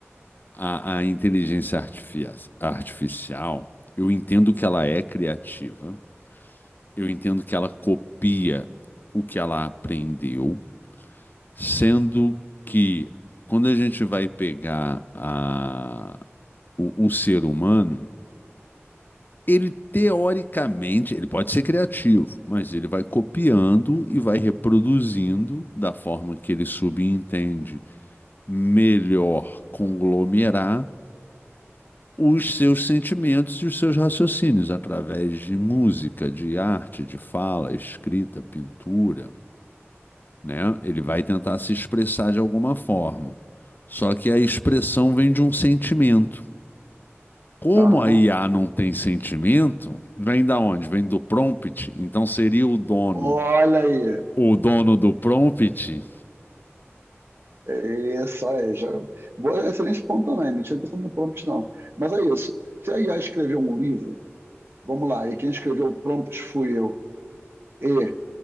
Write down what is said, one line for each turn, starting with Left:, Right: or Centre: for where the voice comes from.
Left: a, a inteligência artifi- artificial. Eu entendo que ela é criativa, eu entendo que ela copia o que ela aprendeu, sendo que quando a gente vai pegar a, o, o ser humano, ele teoricamente, ele pode ser criativo, mas ele vai copiando e vai reproduzindo da forma que ele subentende melhor conglomerar os seus sentimentos e os seus raciocínios através de música, de arte, de fala, escrita, pintura, né? Ele vai tentar se expressar de alguma forma. Só que a expressão vem de um sentimento. Como
Right: Aham.
Left: a IA não tem sentimento, vem da onde? Vem do prompt. Então seria o dono,
Right: Olha aí,
Left: o dono do prompt.
Right: É isso aí. Já... Boa, excelente ponto também. Não tinha pensado no prompt, não. Mas é isso. Se a IA escreveu um livro, vamos lá, e quem escreveu o prompt fui eu, e,